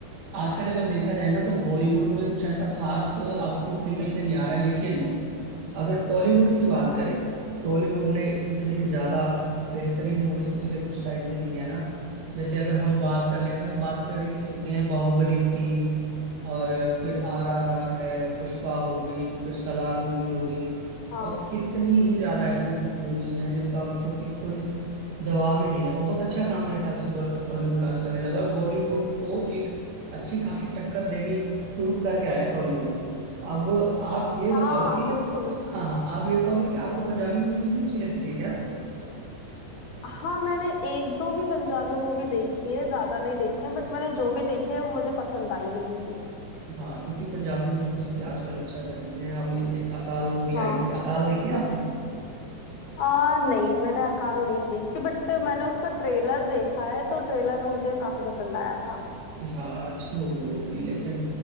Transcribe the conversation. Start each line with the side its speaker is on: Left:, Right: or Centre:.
Right: आजकल अगर देखा जाए ना तो बॉलीवुड में कुछ ऐसा खास आउटपुट निकल के नहीं आ रहा है लेकिन अगर टॉलीवुड की बात करें टॉलीवुड ने इतनी ज्यादा बेहतरीन मूवीज पिछले कुछ टाइम में दी है ना जैसे अगर हम बात कर लें अभी हम बात कर ही चुके हैं बाहुबली की और फिर आर आर आर है पुष्पा हो गई फिर सलार मूवी हो गई
Left: हाँ
Right: और कितनी ही ज्यादा ऐसी मूवीज हैं जिनका मतलब कि कोई जवाब ही नहीं है बहुत अच्छा काम मेरे ख्याल से टॉलीवुड आज करने लगा और बॉलीवुड को एक अच्छी खासी टक्कर देनी शुरू कर गया है टॉलीवुड अब आप ये बताओ
Left: हाँ
Right: कि
Left: बिल्कुल
Right: हाँ हाँ आप ये बताओगे कि आपको पंजाबी मूवीज भी अच्छी लगती है क्या
Left: हाँ मैंने एक दो ही पंजाबी मूवी देखी है ज्यादा नहीं देखी है बट मैंने जो भी देखी है वो मुझे पसंद आई है मूवी
Right: हाँ क्योंकि पंजाबी मूवीज भी आजकल अच्छा कर रही हैं अभी एक अकाल वो भी
Left: हाँ
Right: आई थी अकाल देखी है आपने
Left: आ, नहीं मैंने अकाल नहीं देखी बट मैंने उसका ट्रेलर देखा है तो ट्रेलर मुझे काफी पसंद आया था
Right: हाँ अच्छी मूवी है वो भी लेकिन